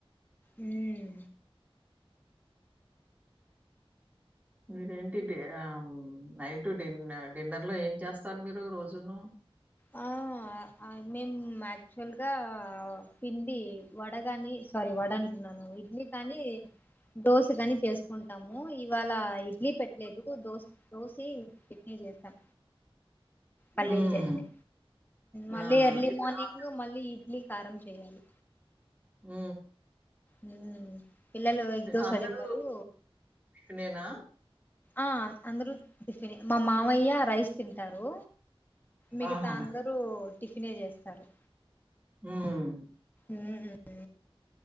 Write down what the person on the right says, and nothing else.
మీరేంటి డి అమ్ నైట్ డిన్ డిన్నర్ లో ఏం చేస్తారు, మీరు రోజును
హ్మ్.
ఆ!
ఇద్
అందరు
ఆ
అందరూ
టిఫినేనా?
ఆహా!
ఉమ్